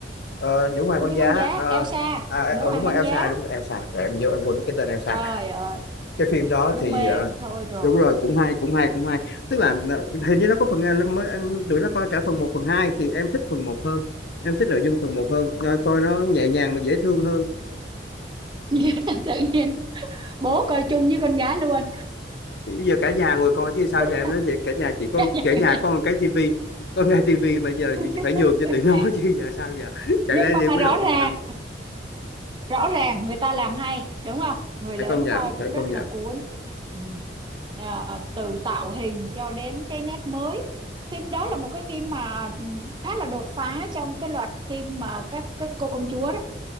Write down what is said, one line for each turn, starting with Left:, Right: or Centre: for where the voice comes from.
Left: ờ, nữ hoàng
Right: công
Left: băng
Right: chúa
Left: giá
Right: băng giá
Left: ờ
Right: Elsa
Left: à, à,
Right: nữ
Left: ờ,
Right: hoàng
Left: đúng rồi
Right: băng
Left: Elsa
Right: giá
Left: đúng rồi Elsa Trời, em nhớ em quên mất cái tên Elsa
Right: trời ơi
Left: cái phim đó
Right: nó
Left: thì
Right: mê
Left: ờ,
Right: thì thôi rồi
Left: đúng rồi cũng hay cũng hay cũng hay tức là ờ, hình như nó có phần à, nó mới tụi nó coi cả phần một phần hai thì em thích phần một hơn em thích nội dung phần một hơn Ờ, coi nó nhẹ nhàng mà dễ thương hơn
Right: <laughs> tự nhiên bố coi chung với con gái luôn
Left: bây giờ cả nhà ngồi coi chứ sao
Right: Cũng
Left: giờ em nói thiệt cả nhà chỉ có
Right: vậy.
Left: cả nhà có một cái tivi có một cái tivi mà giờ mình
Right: <laughs>
Left: phải nhường cho tụi nó <laughs> chứ giờ sao giờ chẳng
Right: nhưng
Left: lẽ
Right: mà
Left: đi quýnh
Right: rõ
Left: lộn
Right: ràng
Left: với tụi nó
Right: rõ ràng người ta làm hay đúng không người
Left: phải
Right: lớn
Left: công nhận
Right: coi cũng
Left: phải
Right: rất
Left: công nhận
Right: là cuốn ừ. à, từ tạo hình cho đến cái nét mới phim đó là một cái phim mà ừ, khá là đột phá trong cái loạt phim mà các cái cô công chúa đó